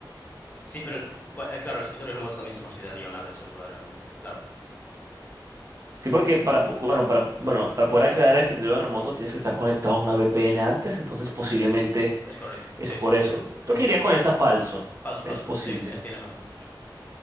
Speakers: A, on the left (about 25°); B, on the right (about 40°).
A: Sí, pero bueno, eh, claro, el escritorio remoto también se consideraría una red segura realmente. Claro,
B: Sí, porque para, po- bueno, para, bueno, para poder acceder a escritorio remoto tienes que estar conectado a una VPN antes, entonces posiblemente
A: es correcto.
B: es
A: Sí,
B: por
A: sí.
B: eso. Creo
A: Ujú.
B: que iría con esa falso.
A: Falso,
B: Es
A: falso.
B: posible.
A: Sí, es- tienes razón, tienes razón.